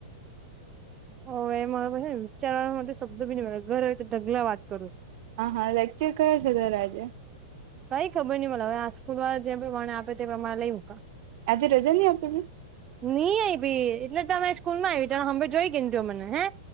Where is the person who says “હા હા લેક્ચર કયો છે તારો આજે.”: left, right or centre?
Right